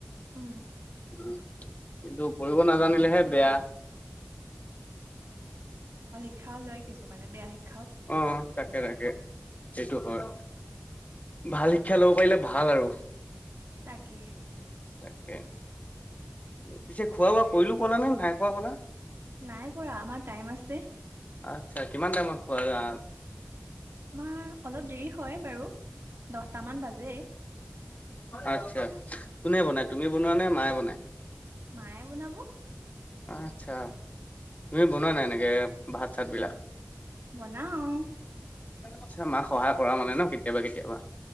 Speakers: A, on the right; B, on the left.
A: উম।
B: উ কিন্তু কৰিব নাজানিলেহে বেয়া।
A: শ খা ল কিছুমানে বেয়া শিকা।
B: আহ তাকে তাকে সেইটো হয়। ভাল শিক্ষা ল'ব পাৰিলে ভাল আৰু
A: তাকেহে।
B: তাকে পিছে খোৱা বোৱা কৰিলো কলা নে নাই খোৱা কলা।
A: নাই কৰা আমাৰ টাইম আছে।
B: আচ্ছা কিমান টাইমত পোৱা যা
A: মা অলপ দেৰি হয় বাৰু দহটামান বাজে
B: আচ্ছা কোনে বনায় তুমি বনোৱা নে মায়ে বনায়?
A: মায়ে বনাব।
B: আচ্ছা তুমি বনোৱা নাই এনেকে ভাত চাত বিলাক?
A: বনাও
B: আচ্ছা মাক সহায় কৰা মানে ন কেতিয়াবা কেতিয়াবা।